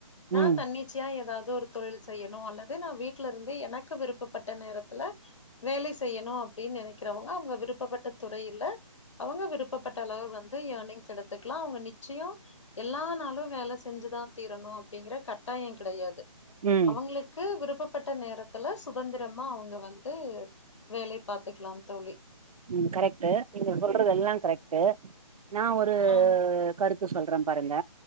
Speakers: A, on the left; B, on the right.
A: நா
B: ம்
A: தன்னிச்யா எதாவ் து ஒரு தொழில் செய்யணு அல்லது நா வீட்டிலருந்து எனக்கு விருப்பப்பட்ட நேரத்ல வேலை செய்யணு அப்டின் நெனக்கிறவங்க அவ்ங்க விருப்பப்பட்ட துறையில அவங்க விருப்பப்பட்ட அளவு வந்து ஏனிங்ஸ் எடுத்துக்லா அவுங்க நிச்சியோ எல்லா நாளு வேல செஞ்சுதா தீரணு அப்டிங்கிற கட்டாயோ கிடையாது
B: ம்
A: அவங்களுக்கு விருப்பப் பட்ட நேரத்துல சுதந்திரமா அவங்க வந்து வேலை பார்த்துக்கலாம் தோழி
B: ம் கரெக்ட்டு நீங்க சொல்றது எல்லாம் கரெக்ட்டு நா ஒரு
A: ம்
B: கருத் த்து சொல்றேன் பாருங்க